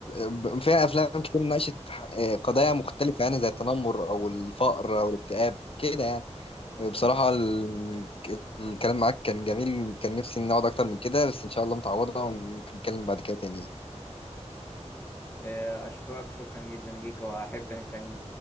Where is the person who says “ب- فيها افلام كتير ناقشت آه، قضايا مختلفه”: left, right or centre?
Left